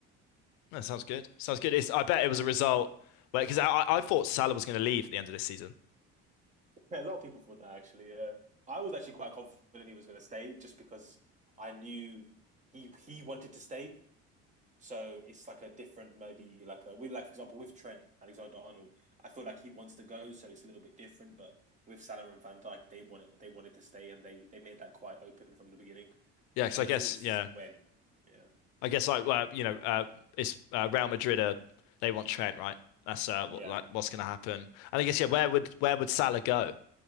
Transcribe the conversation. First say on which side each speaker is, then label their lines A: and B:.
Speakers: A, on the left; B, on the right.
A: That sounds good. Sounds good. It's, I bet it was a result where because I, I I thought Salah was going to leave at the end of this season.
B: <laughs> Yeah, a lot of people thought that actually. Yeah, I was actually quite confident he was going to stay just because I knew he he wanted to stay. So it's like a different, maybe like a, we like for example with Trent Alexander Arnold, I feel like he wants to go, so it's a little bit different. But with Salah and Van Dijk, they wanted they wanted to stay, and they they made that quite open from the beginning.
A: Yeah,
B: So
A: because
B: it
A: I
B: was
A: guess
B: always
A: yeah,
B: when, yeah,
A: I guess like well, you know, uh, it's uh, Real Madrid. Uh, they want Trent, right? That's uh, what,
B: yeah,
A: like what's going to happen. And I guess yeah, where would where would Salah go?